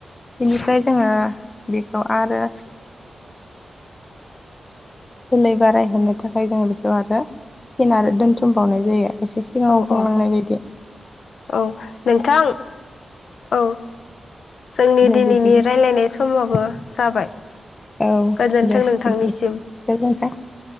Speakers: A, on the left; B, on the left.
A: बिनिफ्राय जोङो बेखौ आरो जोलै बारायहोनो थाखाय जोङो बेखौ आरो फिन आरो दोनथुमबावनाय जायो एसे सिगाङाव
B: औ
A: बुंलांनाय
B: औ
A: बायदि
B: औ नोंथां औ जोंनि
A: दे
B: दिनैनि
A: बिदिब्ला
B: रायलायनाय समाबो जाबाय
A: औ
B: गोजोन्थों
A: दे
B: नोंथांनिसिम
A: बिदिब्ला गोजोनथों